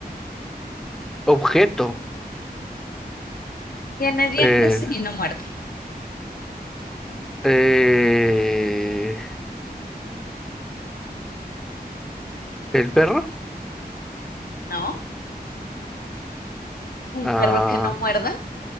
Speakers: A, in the centre; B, on the left (about 65°).
A: Objeto.
B: Tiene dientes
A: Eh,
B: y no muerde,
A: eh, ¿el perro?
B: ¿no? Un
A: Ah,
B: perro que no muerda,